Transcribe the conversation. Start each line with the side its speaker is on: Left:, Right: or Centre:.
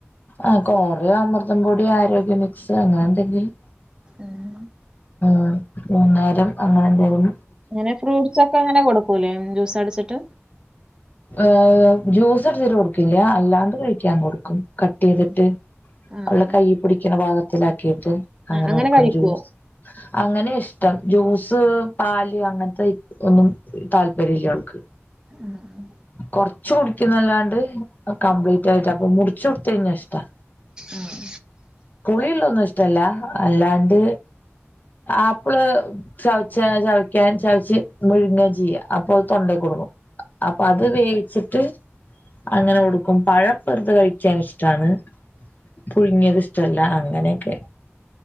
Left: ആഹ് കാേറയോ അമൃതം പൊടി ആരോഗ്യമിക്സ് അങ്ങനെന്തെങ്കിലും
Right: ഉം
Left: ഉം മൂന്ന് നേരം അങ്ങെനെ എന്തെങ്കിലും
Right: ങ്ങെനെ ഫ്രൂട്ട്സാെക്കെങ്ങെനെ കൊട്ക്കൂലേ ജൂസടിച്ചിട്ട്
Left: ഏഹ് ജൂസട്ച്ച്ട്ട് കൊട്ക്കൽല്ല്യാ അല്ലാണ്ട് കഴിക്ക്യാൻ കൊട്ക്കും കട്ടെയ്തിട്ട്
Right: ഉം. ആ
Left: അവളെ
Right: ആ
Left: കയ്യിപിടിക്ക്ണ ഭാഗത്തിലാക്കീട്ട്
Right: ആ
Left: അങ്ങെനെ
Right: അങ്ങനെ
Left: കൊട്ക്കും
Right: കഴിക്കുവോ?
Left: ജൂസ് അങ്ങനെ ഇഷ്ടം. ജ്യൂസ് പാല് അങ്ങനത്തെ ഒന്നും താല്പര്യ ല്ല അവൾക്ക്.
Right: ആഹ്
Left: കൊർച്ച് കുടിക്കുന്നല്ലാണ്ട് കംപ്ലീറ്റ് ആയിട്ട് അപ്പൊ മുടച്ച് കൊടുത്ത കഴിഞ്ഞാ ഇഷ്ടാ.
Right: ആഹ്.
Left: പുളിള്ളൊന്നും ഇഷ്ടല്ല. അല്ലാണ്ട് ആപ്പിള് ചവച്ച ചവയ്ക്കാൻ ചവച്ച് വിഴുങ്ങ ചെയ്യാ. അപ്പൊ തൊണ്ടെ കൊടുങ്ങും. അപ്പൊ അത് വേവിച്ചിട്ട് അങ്ങനെ കൊടുക്കും. പഴ പ്പെറുത കഴിക്കാൻ ഇഷ്ടാണ്. പുഴുങ്ങിയത് ഇഷ്ടല്ല. അങ്ങനെക്കെ.